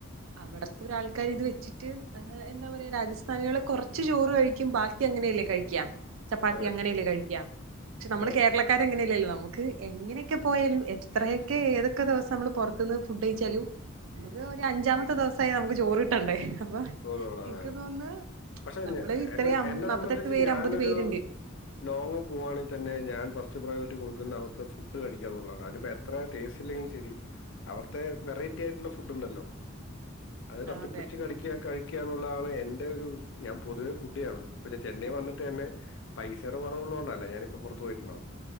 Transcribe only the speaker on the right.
അവടത്തൊരാള്ക്കാര് ഇത് വെച്ചിട്ട് ഏ എന്താ പറയാ രാജ സ്ഥാനികള് കൊർച്ച് ചോറ് കഴിക്കും ബാക്കി അങ്ങനെയല്ലേ കഴിക്യാ. ചപ്പാത്തി
അങ്ങനെല്ലേ കഴിക്യാ പക്ഷെ നമ്മള്
കേരള ആക്ക എങ്ങനെയല്ലല്ലോ നമുക്ക് ക്കാരങ്ങനെയല്ലല്ലോ നമ്മക്ക്‌ എങ്ങനെയൊക്കെ പോയാലുംഎത്രയൊക്കെ ഏതൊക്കെ ദിവസം നമ്മൾ പൊർ ത്ത്ന്ന് ഫുഡ് കയ്ച്ചാലും അമക്ക് ഒര് അഞ്ചാമത്തെ ദിവസായാ അ മ്ക്ക് ചോറ് കിട്ടണ്ടേ അപ്പൊ
എനിക്ക് തോന്നുന്നു
നമ്മള് ഇത്രയും അം-
നാപ്പത്തെട്ട്
പേര്
അമ്പത് പേരുണ്ട്
ആ,
അതെ